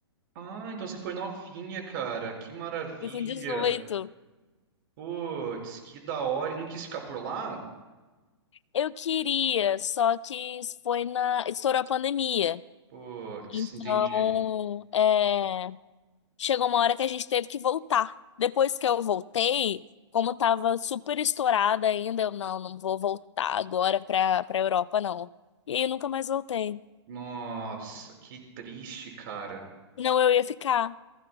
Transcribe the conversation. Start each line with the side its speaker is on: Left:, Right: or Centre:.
Right: Ah, então você foi novinha, cara. Que maravilha.
Left: fui com dezoito
Right: Putz, que da hora. E não quis ficar por lá?
Left: Eu queria, só que foi na estourou a pandemia.
Right: Putz,
Left: Então,
Right: entendi.
Left: é chegou uma hora que a gente teve que voltar. Depois que eu voltei, como tava super estourada ainda, eu não, não vou voltar agora pra, pra Europa, não. E aí eu nunca mais voltei.
Right: Nossa, que triste, cara.
Left: Não, eu ia ficar.